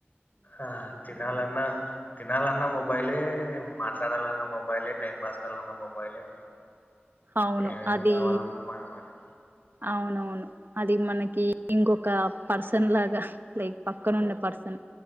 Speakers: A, on the left; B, on the right.
A: ఆ తినాలన్నా తినాలన్నా మొబ్ మొబైలే మాట్లాడాలన్న మొబైలే టైం పాస్ కాలన్న మొబైలే
B: అవును
A: ఏం
B: అది
A: కావాలన్నా మనమలే
B: అవునవును అది మనకి ఇంకొక పర్సన్ లాగా లైక్ పక్కనున్న పర్సన్